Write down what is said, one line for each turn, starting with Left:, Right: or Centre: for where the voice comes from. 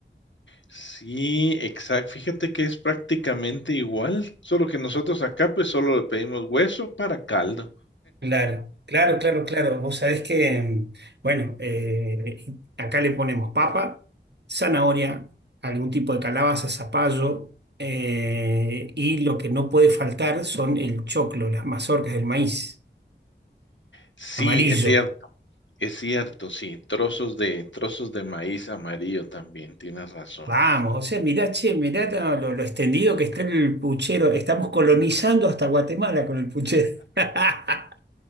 Left: Sí, exacto. Fíjate que es prácticamente igual, solo que nosotros acá pues solo le pedimos hueso para caldo.
Right: Claro, claro, claro, claro. Vos sabés que, mm, bueno, eh, acá le ponemos papa, zanahoria, algún tipo de calabaza, zapallo, eh, y lo que no puede faltar son el choclo, las mazorcas del maíz
Left: Sí,
Right: amarillo.
Left: es cierto, es cierto, sí, trozos de trozos de maíz amarillo también, tienes razón.
Right: Vamos, o sea, mirá, che, mirá lo, lo- lo extendido que está el puchero. Estamos colonizando hasta Guatemala con el puchero. <laughs>